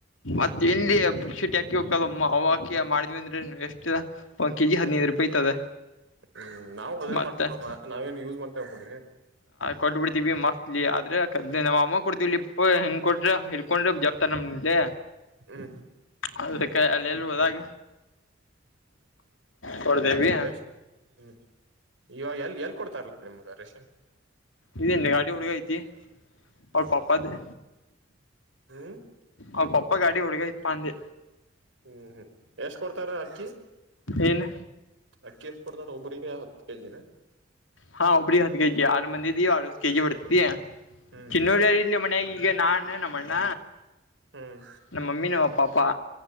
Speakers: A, on the left (about 80°); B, on the right (about 70°).
A: ಮತ್ತ ಇಲ್ಲಿ ಪುಕ್ಷಿಟ್ಟಿಕಿ ಹೋಗಕ್ಕದು ಹವುಕಿ ಮಾಡಿದ್ವಿಂದ. ಎಷ್ಟು ಇದ ಒಂದ್ ಕೆಜಿ ಹದಿನೈದು
B: ಹ್ಮ್
A: ರೂಪಾಯಿ ಐತದ.
B: ಹ್ಮ್ ನಾವು ಅದೇನ್
A: ಮತ್ತ
B: ಮಾಡ್ತೇತಮ್ಮ ನಾವೇನ್ ಯೂಸ್ ಮಾಡ್ತೇವೆ ಹಕೊಂಡಿದಿ.
A: ಕೊಟ್ಟಬ ಬಿಡ್ತೀವಿ ಮಸ್ತ್ಲಿ ಆದ್ರೆ ಕದ್ದ ನಮ್ಮ ಅಮ್ಮ ಕೊಡ್ತೀವಿ ಲಪ್ಪ ಹೆಂಗ ಕೊಟ್ರೆ ಹಿಳ್ಕೊಂಡ್ರೆ ಜಪ್ತಾರ್ ನಮಲ್ಲಿ.
B: ಹ್ಮ್
A: ಅದ್ರಕಾಯ ಅಲ್ಲಿ ಎಲ್ ಹೋದಾಗ. ಕೊಡ್ಡೆವಿ.
B: ಎಷ್ಟ್ ಹ್ಮ್ ಇವಾಗ ಎಲ್ ಎಲ್ ಕೊಡ್ತಾರಲ್ಲ ನಿಮ್ಗ ರೇಷನ್.
A: ಇದ ಗಾಡಿ ಹುಡ್ಗ ಐತಿ ಅವ್ರ ಪಾಪ್ದೇ.
B: ಹ್ಮ್
A: ಅವ ಪಪ್ಪಪ ಗಾಡಿ ಹುಡ್ಗ ಇತ್ ಪ ಅಂದಿ.
B: ಹ್ಮ್ ಹ್ಮ್ ಎಷ್ಟ್ ಕೊಡ್ತಾರ ಅಕ್ಕಿ.
A: ಏನ್
B: ಅಕ್ಕಿ ಎಸ್ಟ್ ಕೊಡ್ದಾರ ಒಬ್ಬರಿಗೆ ಹತ್ತು ಕೆಜಿನ.
A: ಹಾ ಒಬ್ಬ್ರಿ ಹತ್ತು ಕೆಜಿ ಆರು ಮಂದಿ ಇದಿವಿ ಅರವತ್ ಕೆಜಿ ಹೊ <unintelligible> ಇದಯ
B: ಹ್ಮ್
A: ಚಿನ್ನೂರು ಇಲ್ಲಿ ಮನಯಾಗ ಈಗ ನಾನ ನಮ್ಮಣ್ಣ.
B: ಹ್ಮ್
A: ನಮಮ್ಮಿ ನಮ್ ಪಾಪಾ.